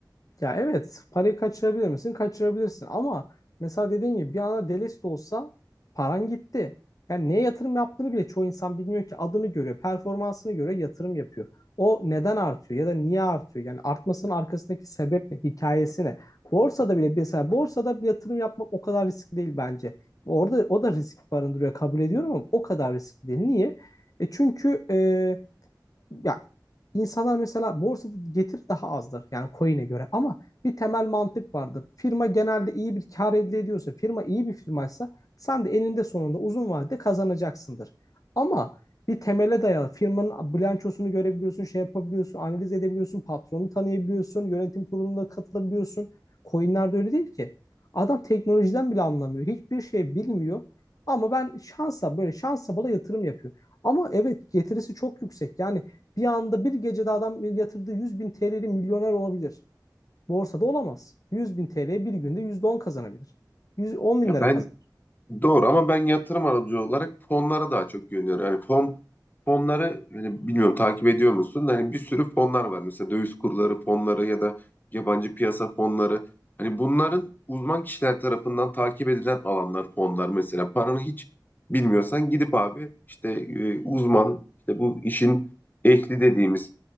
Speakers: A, on the left; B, on the left.
A: Ya evet parayı kaçırabilir misin? Kaçırabilirsin ama mesela dediğin gibi bir anda delist olsa paran gitti. Yani neye yatırım yaptığını bile çoğu insan bilmiyor ki adını görüyor, performansını göre yatırım yapıyor. O neden artıyor ya da niye artıyor? Yani artmasının arkasındaki sebep ne, hikayesi ne? Borsada bile mesela borsada bir yatırım yapmak o kadar riskli değil bence. Orada o da risk barındırıyor kabul ediyorum ama o kadar riskli değil. Niye? E çünkü e, ya insanlar mesela borsada getiri daha azdır yani coin'e göre ama bir temel mantık vardır. Firma genelde iyi bir kar elde ediyorsa, firma iyi bir firmaysa sen de eninde sonunda uzun vadede kazanacaksındır. Ama bir temele dayalı firmanın bilançosunu görebiliyorsun, şey yapabiliyorsun, analiz edebiliyorsun, patronu tanıyabiliyorsun, yönetim kuruluna katılabiliyorsun. Coin'lerde öyle değil ki. Adam teknolojiden bile anlamıyor. Hiçbir şey bilmiyor. Ama ben şansa böyle şansa bala yatırım yapıyor. Ama evet getirisi çok yüksek. Yani bir anda bir gecede adam yatırdığı 100 bin TL'li milyoner olabilir. Borsada olamaz. 100 bin TL bir günde %10 kazanabilir. 100 10 bin
B: Ya
A: lira kazanabilir.
B: Doğru ama ben yatırım aracı olarak fonlara daha çok yöneliyorum. Yani fon fonları hani bilmiyorum takip ediyor musun? da Hani bir sürü fonlar var. Mesela döviz kurları fonları ya da yabancı piyasa fonları. Hani bunların uzman kişiler tarafından takip edilen alanlar fonlar. Mesela paranı hiç bilmiyorsan gidip abi işte e, uzman işte bu işin ehli dediğimiz